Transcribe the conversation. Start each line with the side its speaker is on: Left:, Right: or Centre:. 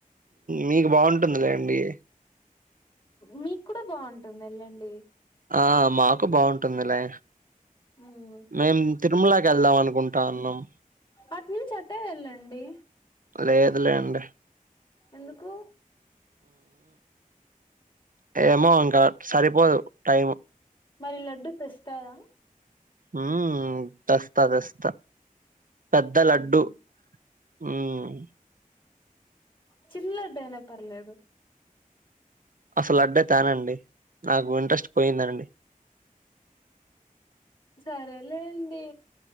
Right: మీకు బాగుంటుందిలే అండి
Left: మీకు కూడా బాగుంటుంది వెళ్ళండి
Right: ఆ మాకు బాగుంటుందిలే
Left: మ్
Right: మేం తిరుమలకి వెళ్దాం అనుకుంటాన్నాం
Left: అట్నుంచి అట్టే వెళ్ళండి
Right: లేదులే అండి
Left: ఎందుకు
Right: ఏమో ఇంకా సరిపోదు టైం
Left: మరి లడ్డు తెస్తావా
Right: హ్మ్మ్ తెస్తా తెస్తా పెద్ద లడ్డు
Left: మ్ హు
Right: హ్మ్
Left: చిన్నోడేనా పర్లేదు.
Right: అసలు అడ్డే తేనండి నాకు ఇంట్రెస్ట్ పోయిందండి.
Left: సరేలేండి.